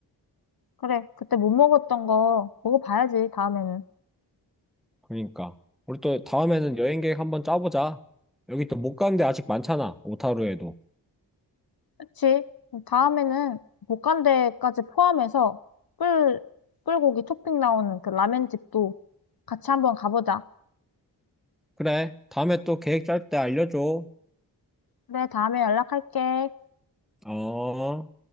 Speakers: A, on the left; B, in the centre.
A: 그래, 그때 못 먹었던 거 먹어봐야지, 다음에는.
B: 그러니까 우리 또 다음에는 여행 계획 한번 짜보자. 여기 또 못 간 데 아직 많잖아. 오타루에도.
A: 그치. 다음에는 볶간대까지 포함해서 꿀, 꿀고기 토핑 나오는 그 라멘 집도 같이 한번 가보자.
B: 그래. 다음에 또 계획 짤 때 알려줘.
A: 그래, 다음에 연락할게.
B: 어.